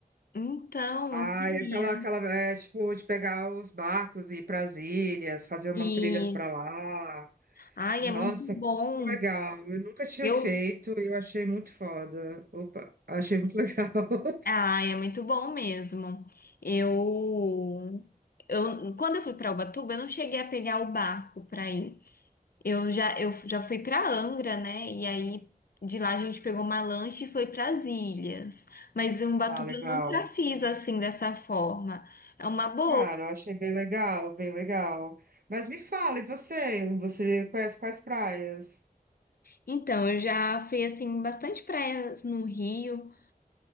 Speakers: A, on the left; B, on the right.
A: Então,
B: Ai,
A: eu queria.
B: aquela, aquela, é, tipo, de pegar os barcos e ir para as ilhas, fazer umas
A: Isso.
B: trilhas para lá.
A: Ai,
B: Nossa,
A: é muito bom.
B: muito legal. Eu nunca tinha
A: Eu.
B: feito e eu achei muito foda. Opa, achei muito legal. <laughs>
A: Ai, é muito bom mesmo. Eu. Eu, quando eu fui para Ubatuba, eu não cheguei a pegar o barco para ir. Eu já, eu já fui pra Angra, né? E aí de lá a gente pegou uma lancha e foi pras ilhas. Mas em Ubatuba
B: Ah, legal.
A: eu nunca fiz assim dessa forma. É uma boa.
B: Cara, eu achei bem legal, bem legal. Mas me fala, e você? Você conhece quais praias?
A: Então, eu já fui assim bastante praias no Rio.